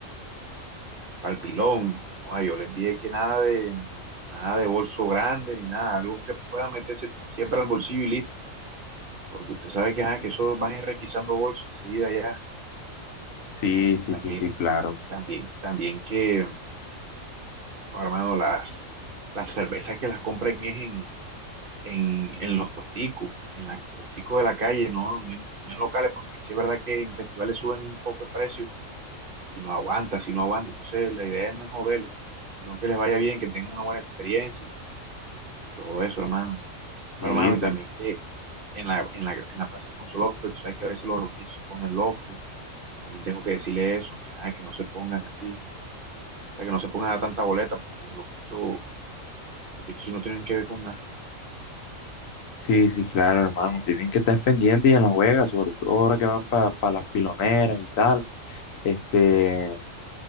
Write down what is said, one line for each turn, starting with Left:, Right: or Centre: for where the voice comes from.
Right: el pilón. No, yo les dije que nada de, nada de bolso grande ni nada, algo que pueda meterse siempre al bolsillo y listo, porque usted sabe que, ajá, que eso van a ir requisando bolsos enseguida ya.
Left: Sí, sí,
Right: También,
Left: sí, sí, claro.
Right: también, también que, oh, hermano, las, las cervezas que las compren es en, en los puesticos, en los puesticos de la calle, no, no, en, no en locales, porque sí es verdad que en festivales suben un poco el precio y no aguanta, si no aguanta. Entonces la idea no es joderlos, sino que les vaya bien, que tengan una buena experiencia y todo eso, hermano.
Left: Sí,
Right: Hermano,
Left: sí.
Right: y también que en la, en la, en la Plaza Alfonso López, tú sabes que a veces los loquitos se ponen locos. También tengo que decirle eso, que, ajá, que no se pongan así, o sea, que no se pongan a dar tanta boleta, porque los loquitos, loquitos sí no tienen que ver con nada.
Left: Sí, sí, claro, hermano. Tienen que estar pendientes y en la juega, sobre todo ahora que van para las piloneras y tal. Este,